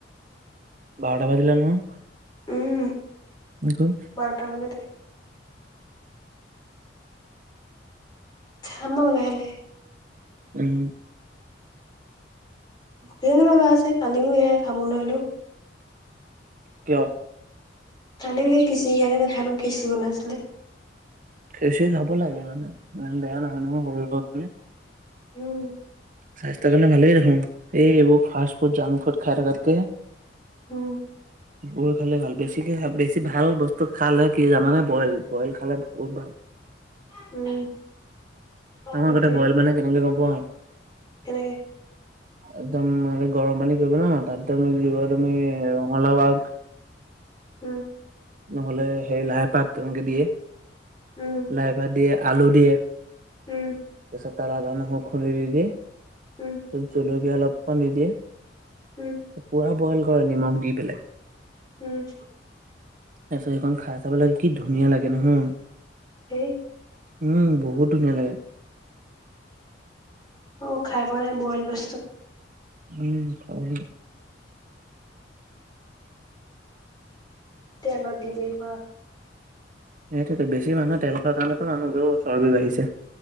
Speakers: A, on the right; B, on the left.
A: বাৰটা বাজিলে নহয়
B: উম
A: <unintelligible>
B: বাৰটা বাজিলে খাম আৰু লাহে লাহে
A: উম
B: ধেইনো লগা আছে কালিও এয়া খাব নোৱাৰিলো
A: কিয়
B: কানিভি কিঁচি সেই কাৰণে নাখলো খিচিৰি বনাইছিলে
A: খিচিৰি খাব লাগে মানে ইমান বেয়া নহয় নহয় সৰু লোৱা কাৰণে
B: উম
A: স্বাস্থ্যৰ কাৰণে ভাল দেখোন এই এইবোৰ ফাচ ফুড জাংক ফুড খাই থকাত কে
B: উম
A: বইল খালে ভাল বেছিকে বেছি ভাল বস্তু খালে কি জানে বইল বইল খালে বহুত ভাল
B: উম
A: আমাৰ
B: তাকে
A: আগতে বইল মানে কেনেকে গম পোৱা
B: কেনেকে
A: একদম মানে গৰম পানী কৰিবা ন তাত ডাঙৰি তুলিব তুমি দিব ৰঙালাও আগ
B: উম
A: নহ'লে সেই লাই পাত তেনেকে দিয়ে।
B: উম।
A: লাইপাত দিয়ে আলু দিয়ে।
B: উম।
A: তাৰপাছত তাত আদা নহৰো খুুলি দি দিয়ে।
B: উম।
A: জলকীয়া অলপান দি দিয়ে।
B: উম
A: পুৰা বইল কৰে নিমখ দি পেলাই।
B: উম
A: তাৰপিছত সেইখন খাই চাব লাগে কি ধুনীয়া লাগে নহয়।
B: সেই
A: উম বহুত ধুনীয়া লাগে।
B: অ খাই পোৱা নাই বইল বস্তু।
A: উম খাব লাগিব।
B: তেলত দি দিয়ে খোৱা হয়।
A: সেইটো বেছি মানুহে তেল খোৱাৰ কাৰণেতো মানুহবোৰ চৰ্বি বাঢ়িছে।